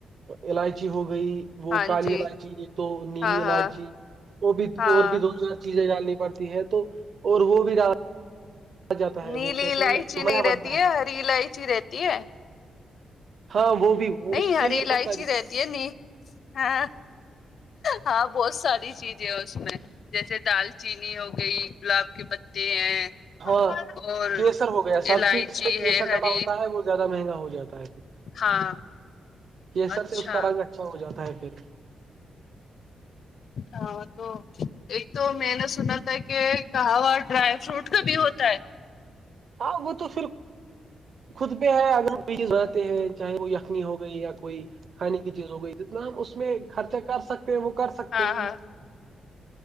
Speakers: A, on the right; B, on the left.
A: الائچی ہو گئی وہ
B: ہاں
A: کالی
B: جی
A: الائچی ایک تو نیلی
B: ہاں ہاں
A: الائچی اور بھی
B: ہاں
A: اور بھی د چیزیں جاننی پڑتی ہے تو اور وہ بھی جاتا ہے
B: نیلی
A: وہ کہتے
B: الائچی
A: ہیں نا
B: نہیں رہتی
A: بنتا
B: ہے ہری الائچی رہتی ہے
A: ہاں وہ بھی
B: نہیں
A: اس کے
B: ہاری
A: لیے
B: الائچی
A: بہت ساری چیز
B: رہتی ہے ن ہاں ہاں بہت ساری چیز اس میں جیسے دال چینی ہو گئی گلاب کے پتے ہیں
A: ہاں
B: اور
A: کیسر ہو گیا سب
B: الائچی
A: سے ج میں کیسر
B: ہے ہری
A: ڈالا ہوتا ہے وہ زیادہ مہنگا ہو جاتا ہے
B: ہاں
A: کیصر
B: اچھا
A: سے اس کا رنگ اچھا ہو جاتا ہے پھر
B: ہاں تو ایک تو میں نے سنا تھا کہ کہاوا ڈرائی فروٹ کا بھی ہوتا ہے
A: ہاں وہ تو پھر خود پہ ہے اگرزتے ہیں چاہے وہ یخمی ہو گئی یا کوئی <inaudible> کھانے کی چیز ہو گئی جتنا ہم اس میں خرچہ کر سکتے ہیں وہ کر سکتے
B: ہاں
A: ہیں
B: ہاں